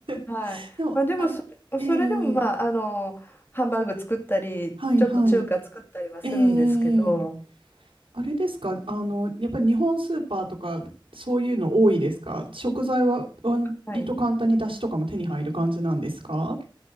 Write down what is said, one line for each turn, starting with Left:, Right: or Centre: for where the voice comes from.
Left: はい。
Right: <laughs> でも、
Left: まあ、でもそれ、
Right: あ、ええ
Left: それでもまあ、あの、ハンバーグ作ったり、
Right: はいはい。
Left: ちょっと中華作ったりはするんですけど、
Right: ええあれですか、あの、やっぱり日本スーパーとか、そういうの多いですか食材は割と簡単に出汁とかも手に入る感じなんですか
Left: はい。